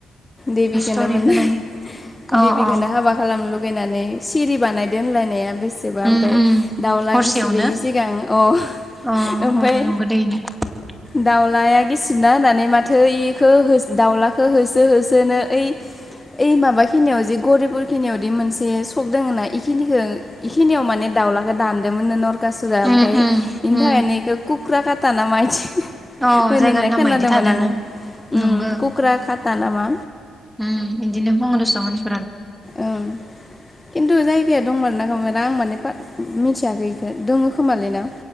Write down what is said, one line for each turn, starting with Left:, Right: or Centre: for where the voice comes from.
Left: देबिखौनो
Centre: स्ट'रि
Left: माने
Centre: खोनायो अ
Left: देबिखौनो
Centre: अ
Left: हाबा खालाम नो लुगैनानै सिरि बानायदो होनलायनाया बेसेबा
Centre: उम
Left: ओमफाय
Centre: उम
Left: दाउला
Centre: हरसेयावनो
Left: गिसिबिनि सिगां औ
Centre: अ
Left: ओमफाय
Centre: अ नंगौ <unintelligible>
Left: दाउलाया गिसिबना होननानै माथो इखौ होस दाउलाखौ होसो होसोनो ओइ ओइ माबा खिनियाव जे गौरिपुर खिनियावदि मोनसे सख दङ ना इखिनिखौ इखिनियाव माने दाउलाखौ दानदोंमोननो नर सुरा
Centre: उम
Left: ओमफाय
Centre: उम
Left: बेनि
Centre: उम
Left: थाखायनो इखौ कुख्रा खाटा ना मादि,
Centre: अ
Left: होननो
Centre: जायगानि नामा
Left: खोनादोंमोन
Centre: इदि थादोनो
Left: उम
Centre: नंगो
Left: कुक्रा खाता नामा?
Centre: उम दिनो बुङो दसन मानसि
Left: उम खिन्थु जायगाया दं मारोना ना दंमारा आं माने मिथियाखै इखौ दङो खोमालै ना?